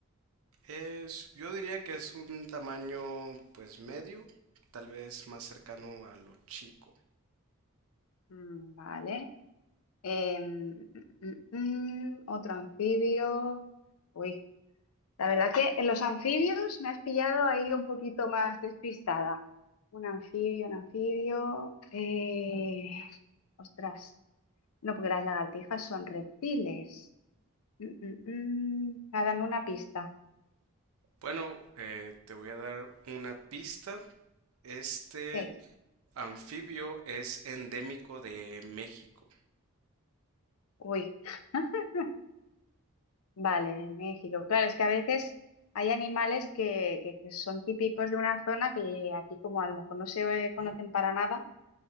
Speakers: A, on the right; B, on the left.
A: Es, yo diría que es un tamaño pues medio, tal vez más cercano a lo chico.
B: Mm, Vale. Em, mm, mm, mm, otro anfibio. Uy, la verdad que en los anfibios me has pillado ahí un poquito más despistada. Un anfibio, un anfibio. eh, ostras. No, porque las lagartijas son reptiles. Mm, mm, mm. Ah, dame una pista.
A: Bueno, eh, te voy a dar una pista. Este
B: Sí.
A: anfibio es endémico de México.
B: Uy, <laughs> vale, de México. Claro, es que a veces hay animales que, que- que son típicos de una zona que aquí como a lo mejor no se eh, conocen
A: Ujú.
B: para nada,